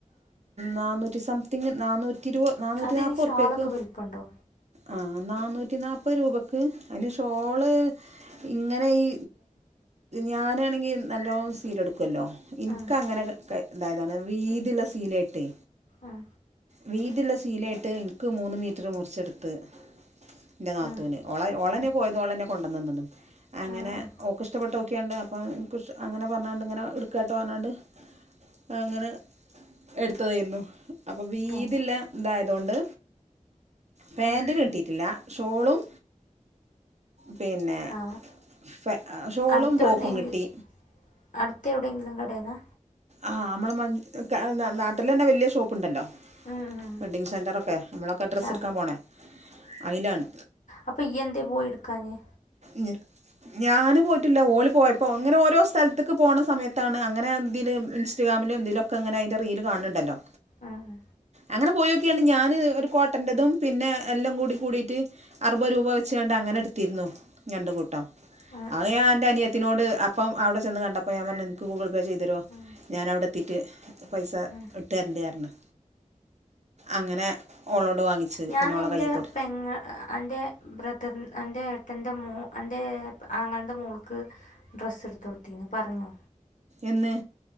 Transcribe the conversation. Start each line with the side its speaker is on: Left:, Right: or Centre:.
Right: നാന്നൂറ്റി സംതിങ് നാന്നൂറ്റിരുപ നാനൂറ്റി
Left: അതിന്
Right: നാല്പ്പത്
Left: ഷാളൊക്കെ
Right: റുപ്പയക്ക്
Left: വലിപ്പുണ്ടോ
Right: ആഹ് നന്നൂറ്റി നാല്പ്പത് രൂപക്ക് അതിന് ഷോള് ഇങ്ങനെ ഈ ഞാനാണെങ്കി നല്ലോണം സീല് എടുക്കും ക്കല്ലോ ഇൻക്ക്
Left: ഉം,
Right: അങ്ങനെ കയ് ഇതായതാണ് വീതിയുള്ള സീലായിട്ടേ
Left: ആഹ്
Right: വീതില്ല സീലായിട്ട് എനിക്ക് മൂന്ന് മീറ്റർ മുറിച്ചെടുത്ത് എൻ്റെ നാത്തൂന്
Left: ഉം,
Right: ഓളെ ഓളെന്നെ
Left: ഉം,
Right: പോയതും ഓളെന്നെ കൊണ്ടുതന്നതും അങ്ങനെ
Left: ഉം, ഉം.
Right: ഓക്ക്‌ ഇഷ്ടപ്പെട്ട ക്യാൻഡ് അപ്പൊ എനിക്കും ഇഷ് അങ്ങനെ പറഞ്ഞാണ്ട് ഇങ്ങനെ എടുക്കാട്ട് പറഞ്ഞാണ്ട് അങ്ങനെ എടുത്തതായിരുന്നു അപ്പൊ വീതില്ല
Left: ഏ,
Right: ഇതായതോണ്ട് പാന്റിന്
Left: ഉം.
Right: കിട്ടിയിട്ടില്ല ഷോളും പിന്നെ
Left: ആ ആ
Right: പാ ഷോളും
Left: അടുത്തെവിടുന്നെങ്കിൽ
Right: ടോപ്പും കിട്ടി
Left: അടുത്ത് എവിടെയെങ്കിലും കടെന്നാ
Right: ആഹ് നമ്മള് മ നാട്ടിൽ തന്നെ വലിയ ഷോപ്പ് ഉണ്ടല്ലോ
Left: ഉം, ഉം.
Right: വെഡ്ഡിങ്
Left: ഉം.
Right: സെന്ററൊക്കെ നമ്മളൊക്കെ ഡ്രസ്സ്
Left: ആ
Right: എടുക്കാൻ പോണേ അയിലാണ്
Left: അപ്പൊ ഈയെന്തേ പോയി എടുക്കാഞ്ഞെ
Right: ഞിർ ഞാന് പോയിട്ടില്ല ഓല് പോയപ്പോ അങ്ങനെ ഓരോ സ്ഥലത്ത്ക്ക് പോണ സമയത്താണ് അങ്ങനെ എന്തിലെ ഇൻസ്റ്റഗ്രാമിലും എന്തിലോ ക്ക്‌ അങ്ങനെ അതിന്റെ റീൽ കാണുന്നുണ്ടല്ലോ
Left: ആഹ്
Right: അങ്ങനെ പോയിനോക്കിയാണ് ഞാന് ഒരു കോട്ടന്റെതും പിന്നെ എല്ലാം കൂടി കൂടിട്ട് അറുപത് രൂപ വെച്ച് കാണ്ടെ അങ്ങനെ എടുത്തിരുന്നു രണ്ടു കൂട്ടം
Left: ഉം,
Right: അത്
Left: ഉം,
Right: ഞാൻ എന്റെ അനിയത്തിനോട് അപ്പം അവിടെ ചെന്ന് കണ്ടപ്പോ ഞാൻ പറഞ്ഞു നിന്ക്ക് ഗൂഗിൾ പേ ചെയ്തി ടൊ
Left: ഉം,
Right: ഞാൻ അവടെ എത്തീട്ട് പൈസ
Left: ഉം.
Right: ഇട്ട് തെരണ്ട് പറഞ്ഞു അങ്ങനെ ഓളോട് വാങ്ങിച്ച്
Left: ഞാൻ
Right: പിന്നെ
Left: നിന്റെ
Right: ഓളെ കയ്യിൽ കൊടു
Left: പെങ്ങ അന്റെ ബ്രതർ എൻ്റെ ഏട്ടൻ്റെ മോ എൻ്റെ ആങ്ങളുടെ മോൾക്ക് ഡ്രസ്സ് എടുത്ത് കൊടുത്തീന്ന് പറഞ്ഞോ
Right: എന്ന്